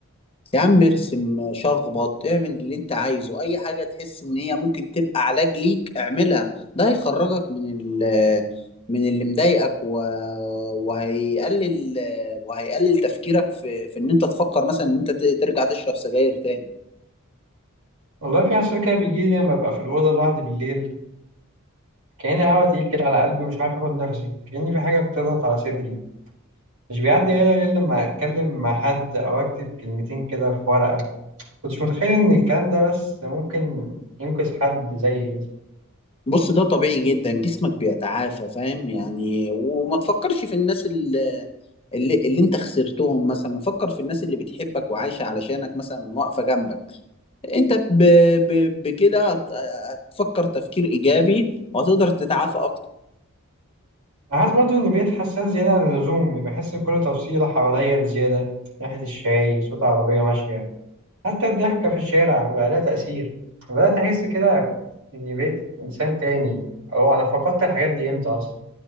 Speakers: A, on the left; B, on the right.
A: يا عم ارسم شخبط اعمل اللي انت عايزه اي حاجة تحس ان هي ممكن تبقى علاج ليك اعملها ده هيخرجك من ال من اللي مضايقك و... وهيقلل وهيقلل تفكيرك في في ان انت تفكر مثلا ان انت ت- ترجع تشرب سجاير تاني
B: والله في احساس كده بيجي لي لما ابقى في الاوضه لوحدي بالليل كأن الهواء تقيل كده على قلبي ومش عارف اخد نفسي كأن في حاجه بتضغط على صدري مش بيعدي غير غير لما اتكلم مع حد او اكتب كلمتين كده في ورقه كنتش متخيل ان الكلام ده بس ممكن ينقذ حد زيي مثلا
A: بص ده طبيعي جدا جسمك بيتعافى فاهم يعني وما تفكرش في الناس اللي اللي, اللي انت خسرتهم مثلا فكر في الناس اللي بتحبك وعايشة علشانك مثلا واقفة جنبك انت ب... ب... بكده هت- هتفكر تفكير ايجابي وهتقدر تتعافى اكتر
B: أنا حاسس برضه اني بقيت حساس زياده عن اللزوم بحس بكل تفصيله حواليا بزياده ريحه الشاي صوت عربيه ماشيه حتى الضحكة في الشارع بقى لها تأثير بدأت أحس كده إني بقيت إنسان تاني أو أنا فقدت الحاجات دي إمتى أصلا